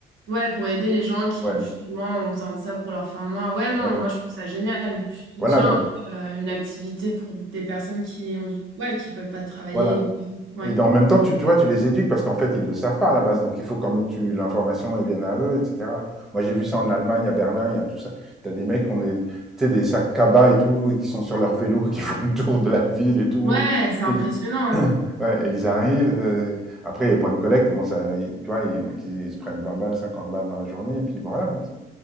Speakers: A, on the right (about 75°); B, in the centre.
A: ouais, pour aider les gens qui
B: Ouais,
A: justement ont besoin de ça pour leur fin de mois. Ouais, non,
B: ouais.
A: moi je trouve ça génial. Tu soutiens
B: Voilà, donc,
A: un peu euh, une activité pour des personnes qui ont du... ouais, qui peuvent pas travailler
B: voilà.
A: ou ouais.
B: Et dans, en même temps, tu, tu vois, tu les éduques parce qu'en fait, ils ne le savent pas à la base. Donc, il faut quand même tu l'information elle vienne à eux, etc. Moi, j'ai vu ça en Allemagne, à Berlin, il y a tout ça. T'as des mecs qui ont des, tu sais, des sacs cabas et tout, et qui sont sur leur vélo, <laughs> qui font le tour de la ville et tout.
A: Ouais, c'est impressionnant,
B: Et,
A: hein.
B: <clears throat> ouais, et ils arrivent. euh, après, les points de collecte, bon, ça, ils- tu vois, il y en a qui se prennent 20 balles, 50 balles dans la journée, et puis bon, voilà. c'est-